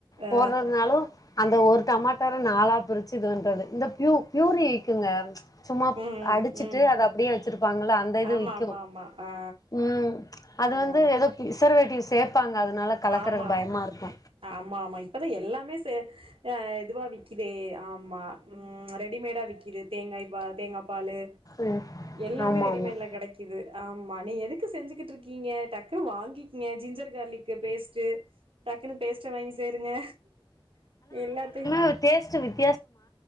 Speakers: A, on the right; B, on the left.
A: ஆ
B: போடறது எதுனாலும் அந்த ஒரு டமாட்டர நாலா பிரிச்சு இது பண்றது இந்த பியு பியூரி விக்குங்க சும்மா
A: ம்
B: அடிச்சுட்
A: ம்
B: டு அத அப்பிடியே வச்சிருப்பாங்கள அந்த இது
A: ஆமா
B: விக்கும்
A: ஆமா ஆமா ஆ
B: ம் அது
A: ஆ
B: வந்து எதோ பிரசர்வேட்டிஸ் சேப்பாங்க அதனால கலக்கறக்கு
A: ஆமா
B: பயமா இருக்கோ
A: ஆமா ஆமா இப்பதா எல்லாமே செ அ இதுவா விக் க்குதே ஆமா ம் ரெடிமேட்டா விக்கிது தேங்காய் பா தேங்காப்பாலு
B: ம்
A: எல்லாமே
B: ஆமாம்
A: ரெடிமேட்ல
B: ஆமாம்
A: கெடைக் க்குது ஆமா நீங்க எதுக்கு செஞ்சுகிட்டு இருக்கீங்க டக்குனு வாங்கிக்கீங்க ஜிஞ்சர் கார்லிக்கு பேஸ்ட்டு டக்குன்னு பேஸ்ட்ட வாங்கி சேருங்க எல்லாத்தையு
B: இப்ப டேஸ்ட்டு விட்